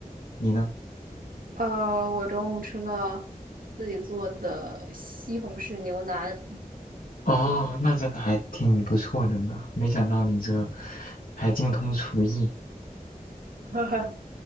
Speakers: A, on the left (about 85°); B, on the right (about 80°).
A: 你呢？
B: 呃，我中午吃了自己做的西红柿牛腩。
A: 哦，那真的还挺不错的呢，没想到你这还精通厨艺。
B: <laughs>